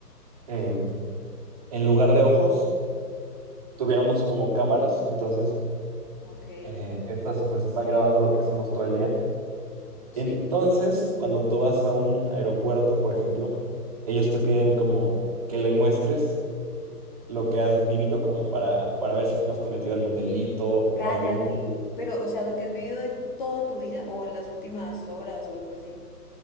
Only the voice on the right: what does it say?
em, en lugar de ojos tuviéramos como cámaras. Entonces,
eh, estas pues están grabando lo que hacemos todo el día.
Entonces, cuando tú vas a un aeropuerto, por ejemplo, ellos te piden como que le muestres lo que has vivido como para, para ver si no has cometido algún delito o
algún...